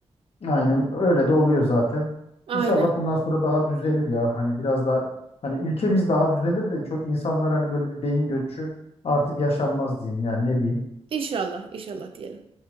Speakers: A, on the left (about 65°); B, on the right (about 55°).
A: Aynen öyle de oluyor zaten.
B: Aynen.
A: İnşallah bundan sonra daha düzelir ya. Hani biraz daha hani ülkemiz daha düzelir de çok insanlar hani böyle bir beyin göçü artık yaşanmaz diyeyim yani ne diyeyim.
B: İnşallah, inşallah diyelim.